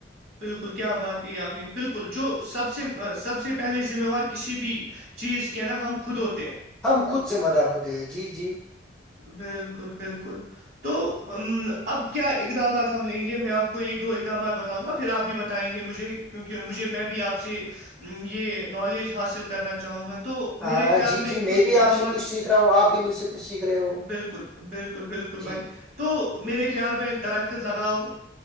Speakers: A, on the right (about 50°); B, in the centre.
A: بلکل کیا بات کہی آپ نے بلکل جو سب
B: ہوں۔
A: سے سب سے پہلے ذمےوار کسی بھی چیز کے نہ ہم خود ہوتے ہیں
B: ہم خود ذمہ دار ہوتے ہیں جی جی
A: بلکل بلکل تو اب کیا اقدامات ہم لیں گے میں آپ کو ایک دو اقدامات بتاؤں گا پھر آپ بھی بتائیں گے مجھے کیونکہ مجھے میں بھی آپ سے یہ نولج حاصل کرنا چاہوں گا تو
B: ہاں
A: میرے خیال
B: جی
A: میں
B: جی
A: کچھ
B: بھی
A: اقدامات
B: آپ سے کچھ سیکھ رہا ہوں آپ بھی مجھ سے کچھ سیکھ رہے ہو
A: بلکل بلکل بلکل
B: جی
A: بھائی تو میرے خیال میں درخت لگاؤ